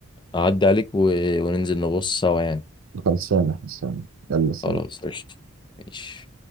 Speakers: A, on the left (about 25°); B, on the right (about 75°).
A: اعدي عليك و... وننزل نبص سوا يعني
B: خلصانة خلصانة يلا سلام
A: خلاص قشطة ماشي